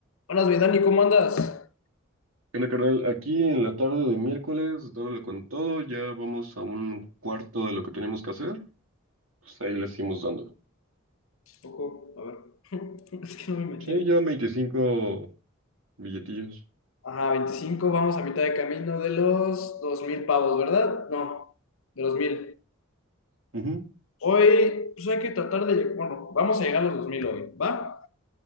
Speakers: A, on the left; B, on the right.
A: Buenas, mi Dani, ¿cómo andas?
B: Bueno, carnal, aquí en la tarde de miércoles, dándole con todo, ya vamos a un cuarto de lo que teníamos que hacer, pues ahí le seguimos dando.
A: Un poco, a ver, <laughs> es que no me he metido.
B: Sí, ya 25 billetillos.
A: Ajá, veinticinco vamos a mitad de camino de los 2000 pavos, ¿verdad? No, de los mil
B: Ujú.
A: Hoy, pues hay que tratar de, lleg- bueno, vamos a llegar a los 2000 hoy, ¿va?